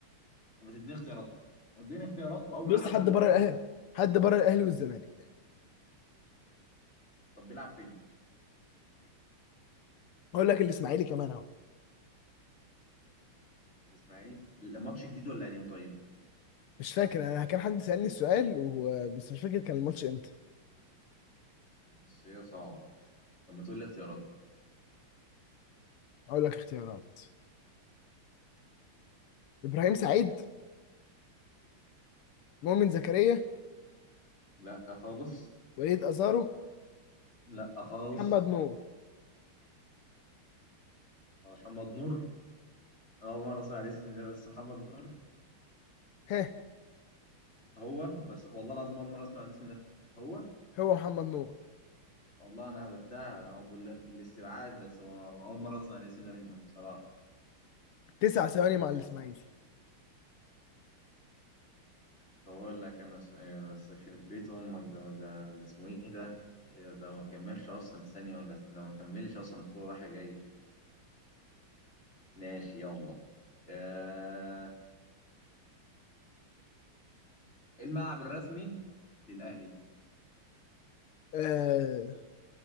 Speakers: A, on the left; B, on the left.
A: طب ما تديني اختيارات اديني اختيارات واول
B: بص
A: لاعب
B: حد
A: اقوله
B: بره
A: خلاص
B: الاهلي حد بره الاهلي والزمالك
A: طب بيلعب فين؟
B: اقول لك الاسماعيلي كمان اهو
A: الاسماعيلي الماتش جديد ولا قديم طيب؟
B: مش فاكر انا كان حد سالني السؤال وهو بس مش فاكر كان الماتش امتى
A: بس هي صعبه طب ما تقول لي اختيارات
B: اقول لك اختيارات ابراهيم سعيد مؤمن زكريا
A: لا خالص
B: وليد ازارو
A: لا خالص
B: محمد نور
A: محمد نور أنا أول مرة أسمع الاسم ده بس محمد نور
B: ها
A: هو بس والله العظيم اول مره اسمع الاسم ده هو
B: هو محمد نور
A: والله انا هبتها او بال... بالاستبعاد بس هو اول مره اسمع الاسم ده منك بصراحه
B: تسع ثواني مع الاسماعيلي
A: طب اقول لك انا سؤال بس يخرب بيت امك ده ده, ده اسمه ايه ده إيه ده ما كملش اصلا ثانيه ولا ده ما كملش اصلا الكوره رايحه جايه ماشي يلا آه الملعب الرسمي للاهلي
B: آه